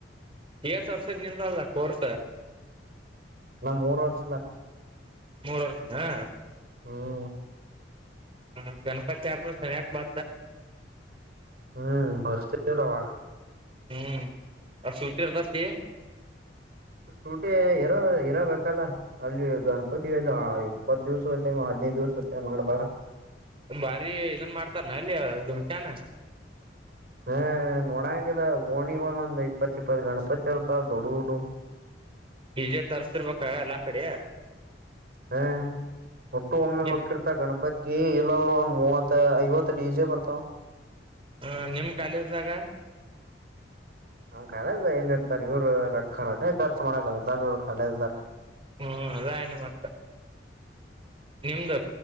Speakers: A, on the right (about 30°); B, on the right (about 55°).
A: ಕಸ್ ವರ್ಸಿದ್ ನಿಂದಲ್ಲ ಕೋರ್ಸ
B: ನನ್ ಮೂರ್ ವರ್ಷನ
A: ಮೂರ್ ವರ್ಷ
B: ಹ್ಮ್
A: ಹ ಗಣಪತಿ ಸಾಬ್ ನ ಸರಿಯಕ್ ಬಾ
B: ಹ್ಮ್ ಭರ್ತರುವಾಗ
A: ಹ್ಮ್ ಅ ಸೂತದತಿ
B: ಸೂಟಿ ಇರ ಇರಬೇಕಲ್ಲ ಅಲ್ಲಿ ಗಣಪತಿಿಯಲ್ಲಿ ಇಪ್ಪತ್ ದಿವ್ಸ ಆಯ್ತ ಎನ್ನ ದಿವ ಸತ್ಯ ಮಾಡ್ಬಾರ
A: ಬಾರಿ ಇದನ್ ಮಾಡ್ತಾರನ ಅಲ್ಲಿದುಮ ಚಾನ
B: ಹ ನೋಡಂಗಿಲ್ಲ ಓಣಿ ಒಂದೊಂದ್ ಇಪ್ಪತ್ ಇಪ್ಪತ್ತು ಗಣಪತಿ ಅರ್ತ ದೊಡ್ಡಡು
A: ಡಿಜೆ ತರ್ಸ್ತಿಿರ್ಬೇಕ ಎಲ್ಲಾ ಕಡೆ
B: ಹ್ಮ ಒಟ್ಟು ಒಮ್ಮೆ
A: ನಿಮ್
B: ಹೋಗಕಿರ್ತ ಗಣಪತಿ ಈ ಇಲ್ಲಂದ್ರ ಒಂದ್ ಮೂವತ್ ಐವತ್ ಡಿಜೆ ಬರ್ತಾವ
A: ಹ ನಿಮ್ ಕಾಲೇಜ್ದಾಗ
B: ಆಮ್ ಕಾಲೇದ ಏನ್ ಇರ್ತಾರ ಇವ್ರು ರೊಕ್ಕ ರ ಖರ್ಚು ಮಾಡಕದಾರರು ಕಖಾಲೇದ್ದಾರ
A: ಹ್ಮ್ ಅದಾಯನು ಮತ್ತ ನಿಮ್ದು